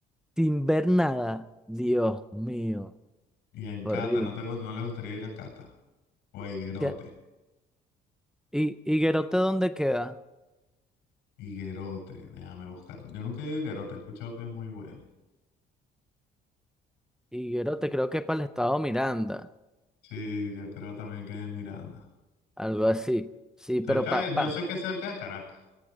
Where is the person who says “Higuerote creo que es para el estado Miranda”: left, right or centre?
Centre